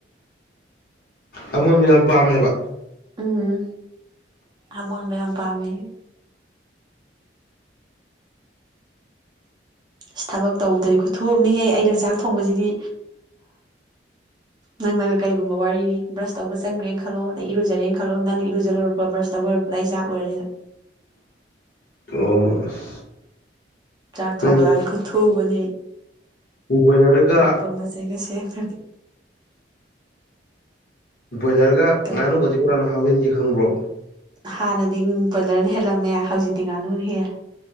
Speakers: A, on the left (about 50°); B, on the right (about 25°).
A: ꯑꯃꯣꯟ ꯃꯌꯥꯝ ꯄꯥꯝꯃꯦꯕ
B: ꯎꯝ ꯑꯃꯣꯟꯕꯌꯥꯝ ꯄꯥꯝꯃꯦ ꯑꯩꯗꯤ ꯑꯁ ꯊꯕꯛ ꯇꯧꯕꯗꯗꯤ ꯈꯨꯊꯨꯑꯝꯅꯤꯍꯦ ꯑꯩꯅ ꯆꯥꯛ ꯊꯣꯡꯕꯁꯤꯗꯤ ꯅꯪꯅꯒ ꯀꯩꯒꯨꯝꯕ ꯋꯥꯔꯤꯅꯤ ꯕ꯭ꯔꯁ ꯇꯧꯕ ꯆꯪꯒ꯭ꯔꯦꯅ ꯈꯜꯂꯣ ꯑꯗꯩ ꯏꯔꯨꯖꯔꯦꯅ ꯈꯜꯂ ꯅꯪ ꯏꯔꯨꯖꯂꯨꯔꯛꯄ ꯕ꯭ꯔꯁ ꯇꯧ ꯂꯣꯏꯔꯛ ꯄ
A: ꯑꯣ
B: ꯆꯥꯛ ꯊꯣꯡꯕ
A: ꯅꯪ
B: ꯌꯥꯗꯤ ꯈꯨꯠ ꯊꯨꯕꯅꯦ
A: ꯕꯣꯏꯂꯔꯒ
B: ꯃꯄꯣꯠ ꯃꯆꯩꯒ ꯁꯦꯝꯈ꯭ꯔ
A: ꯕꯣꯏꯂꯔꯒ
B: ꯀꯩ
A: ꯉꯥꯅꯨꯕꯁꯤ ꯀꯖꯅ ꯍꯥꯎꯍꯟꯒꯦ ꯈꯪꯕ꯭ꯔꯣ
B: ꯍꯥꯟꯅꯗꯤ ꯕꯣꯏꯂꯔꯅ ꯍꯦꯜꯂꯝꯃꯦ ꯍꯧꯖꯤꯛꯇꯤ ꯉꯥꯅꯨꯅ ꯍꯦꯜꯂꯦ